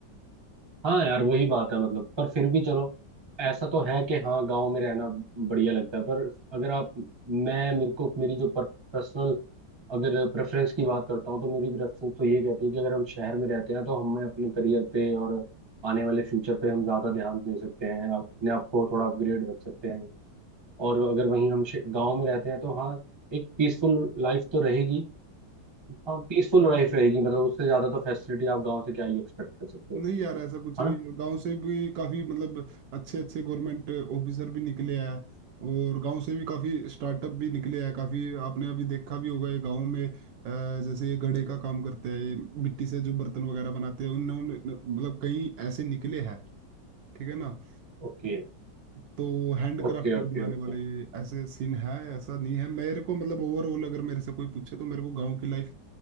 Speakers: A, on the right; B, on the right.
A: हाँ यार वही बात है मतलब पर फिर भी चलो ऐसा तो है कि हाँ गांव में रहना बढ़िया लगता है पर अगर आप मैं मेरे को मेरी जो पर्सनल अगर प्रेफरेंस की बात करता हूँ तो मेरी प्रेफरेंस तो ये कहती है कि अगर हम शहर में रहते हैं तो हमें अपने करियर पे और आने वाले फ्यूचर पे हम ज़्यादा ध्यान दे सकते हैं अपने आप को थोड़ा अपग्रेड रख सकते हैं और अगर वहीं हम गांव में रहते हैं तो हाँ एक पीसफुल लाइफ तो रहेगी हाँ पीसफुल लाइफ रहेगी मतलब उससे ज़्यादा तो फैसिलिटी आप गाँव से क्या ही एक्सपेक्ट कर सकते हो
B: नहीं यार ऐसा कुछ
A: है
B: नहीं
A: ना
B: है गांव से भी काफी मतलब अच्छे अच्छे गवर्नमेंट ऑफिसर भी निकले हैं और गांव से भी काफी स्टार्टअप भी निकले हैं काफी आपने अभी देखा भी होगा ये गांव में अ, जैसे ये घड़े का काम करते हैं ये मिट्टी से जो बर्तन वगैरह बनाते हैं उन्होंने मतलब कई ऐसे निकले हैं ठीक है ना
A: Okay
B: तो हैंड क्राफ्टेड
A: okay okay
B: बनाने
A: okay
B: वाले ये ऐसे सीन है ऐसा नहीं है मेरे को मतलब ओवरऑल अगर मेरे से कोई पूछे तो मेरे को गांव की लाइफ